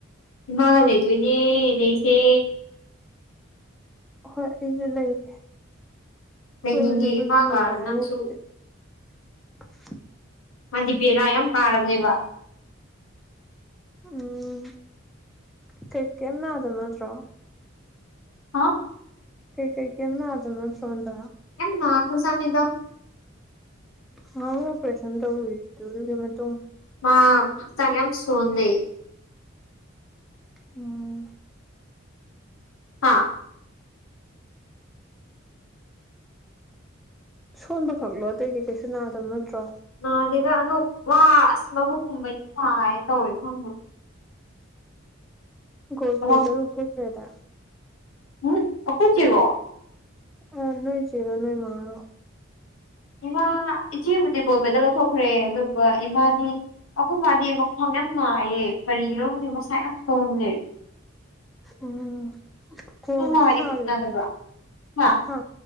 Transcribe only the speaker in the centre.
ꯍꯣꯏ ꯑꯩꯁꯨ ꯂꯩꯒꯦ
ꯀꯣꯏꯕ ꯆꯠꯄꯁꯨ
ꯅꯨꯡꯉꯥꯏꯔꯅꯤ
ꯑꯗꯨꯗꯤ <inaudible>
ꯎꯝ ꯀꯩ ꯀꯩꯝ ꯅꯥꯗꯕ ꯅꯠꯇ꯭ꯔꯣ
ꯀꯩ ꯀꯩ ꯀꯅ ꯑꯗꯨ ꯃꯅꯤ ꯆꯣꯗ꯭ꯔꯥ
ꯍ ꯑꯣꯄꯔꯦꯁꯟ ꯇꯧꯗꯨꯒꯤ ꯃꯇꯨꯡ
ꯎꯝ
ꯁꯣꯟꯕ ꯈꯛꯣ ꯑꯇꯩꯗꯤ ꯀꯩꯁꯨ ꯅꯥꯗꯕ ꯅꯠꯇ꯭ꯔꯣ
ꯣꯁ꯭ꯂꯦꯗꯐꯈ꯭ꯔꯦꯗ
ꯑ ꯅꯣꯏ ꯆꯦꯔꯣ ꯅꯣꯏ ꯃꯥꯔꯣ
ꯎꯝ ꯀꯣꯟꯁꯨ
ꯁꯥꯔꯤꯕꯣ
ꯍ